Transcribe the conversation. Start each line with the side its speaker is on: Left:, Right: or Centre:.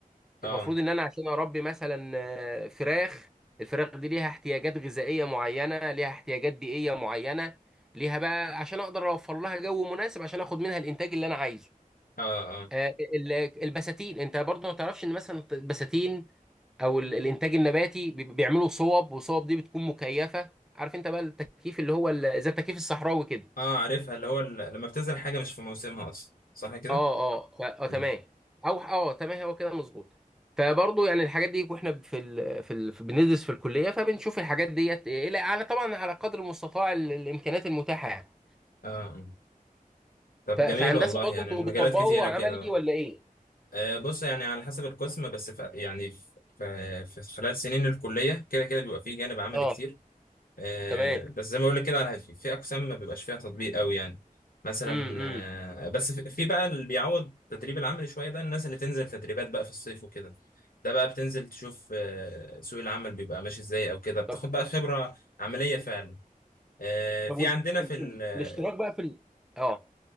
Left: اه
Centre: المفروض ان انا عشان اربي مثلا آه، فراخ الفراخ دي ليها احتياجات غذائية معينة ليها احتياجات بيئية معينة ليها بقى عشان اقدر اوفر لها جو مناسب عشان اخد منها الانتاج اللي انا عايزه
Left: اه اه
Centre: آه، ال- البساتين انت برضه ما تعرفش ان مثلا البساتين او ال- الانتاج النباتي بي- بيعملوا صوب والصوب دي بتكون مكيفة عارف انت بقى التكييف اللي هو ال- زي التكييف الصحراوي كده
Left: اه عارفها اللي هو ال- لما بتزرع حاجة مش في موسمها اصلا صح كده
Centre: اه اه ف- اه تمام
Left: امم
Centre: او اه تمام هو كده مظبوط فبرضه يعني الحاجات دي واحنا في ال... في ال... في- بندرس في الكليه فبنشوف الحاجات ديت الى على طبعا على قدر المستطاع ال... الامكانيات المتاحه يعني
Left: اه آه. طب
Centre: ف... فهندسه
Left: جميل والله
Centre: برضه
Left: يعني
Centre: انتوا
Left: المجالات
Centre: بتطبقوا
Left: كتيرة
Centre: عملي
Left: كده بقى
Centre: ولا ايه؟
Left: آه بص يعني على حسب القسم بس في يعني في, في في خلال سنين الكلية كده كده بيبقى فيه جانب عملي
Centre: اه
Left: كتير آه،
Centre: تمام
Left: بس زي ما بقول لك كده على- في في اقسام ما بيبقاش فيها تطبيق قوي يعني مثلا
Centre: امم امم
Left: آه، بس في في بقى اللي بيعوض التدريب العملي شويه ده الناس اللي تنزل تدريبات بقى في الصيف وكده ده بقى بتنزل تشوف آه، سوق العمل بيبقى ماشي ازاي او كده بتاخد
Centre: طب
Left: بقى خبره عمليه فعلا آه،
Centre: طب
Left: في
Centre: وال...
Left: عندنا في
Centre: ال...
Left: ال-
Centre: ال...
Left: آه،
Centre: الاشتراك بقى في ال... اه